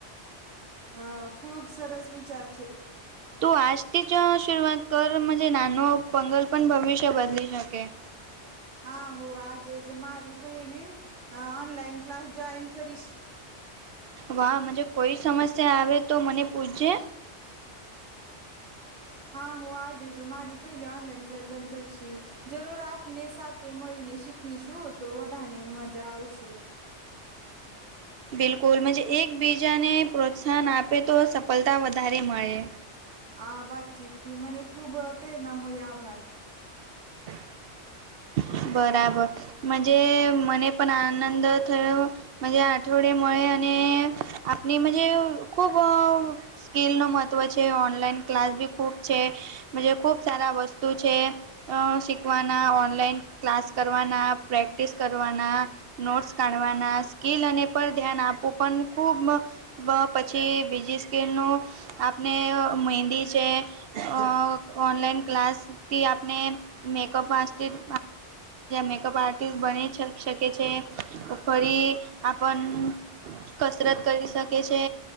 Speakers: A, on the right; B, on the right.
A: હ ખુબ સરસ વિચાર છે.
B: તું આજથી જ શરૂઆત કર મને નાનો પંગલ પણ ભવિષ્ય બદલી શકે.
A: હા હુઆ આજે જ મારી પહેલી ઓનલાઈન ક્લાસ જોઈન કરીશ.
B: વાહ મુજે કોઈ સમસ્યા આવે તો મને પૂછજે
A: હા હું આજે જ મારી પેલી ઓનલાઈન ક્લાસ જોઈન કરીશ જરૂર આપને સાથે તે મળીને શીખીશું તો બધાને મજા આવશે.
B: બિલકુલ મુજે એકબીજાને પ્રોત્સાહન આપે તો સફળતા વધારે મળે
A: આ વાતચીત થી મને ખૂબ પ્રેરણા મળી આભાર.
B: <inaudible> બરાબર. મુજે મને પણ આનંદ થયો. મુજ આ અઠવાડિયા મોએ અને આપણેજ ખૂબ અ સ્કીિલનું મહત્ત્વ છે ઓનલાઈન ક્લાસ બી ખૂબ છેજ ખૂબ સારા વસ્તુ છે. અ શીખવાના ઓનલાઈન ક્લાસ કરવાના પ્રેક્ટિસ કરવાના નોટસ કાઢવાના સ્કીિલ અને પર ધ્યાન આપું પણ ખુબ પ પછી બીજી સ્કીલ નું આપને મહેંદી છે ઓ ઓનલાઈન ક્લાસથી આપણે મેકઅપ આકિસ્ત મેકઅપ આર્ટિસ્ટ બની શકે છે. ફરી આપણ કસરત કરી શકે છે